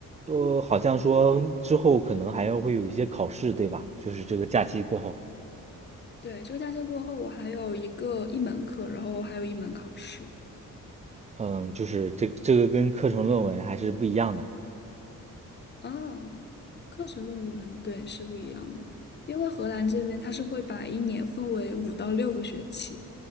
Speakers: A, on the right; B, on the left.
A: 呃，好像说之后可能还要会有一些考试，对吧？就是这个假期过后，
B: 对，这个假期过后，我还有一个一门课，然后还有一门考试。
A: 嗯，就是这这个跟课程论文还是不一样的。
B: 哦，课程论文，对，是不一样的。因为荷兰这边它是会把一年分为五到六个学期，